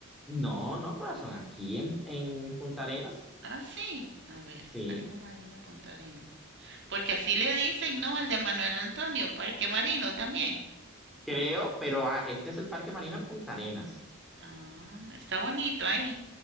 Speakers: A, in the centre; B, on the right.
A: No, no, corazón, aquí en, en Punta Arenas,
B: Ah, sí. A ver,
A: sí,
B: Parque Marino Punta Arenas. Porque así le dicen, ¿no? Al de Manuel Antonio, Parque Marino también.
A: creo, pero ah, este es el Parque Marino de Punta Arenas.
B: Ah, está bonito ahí.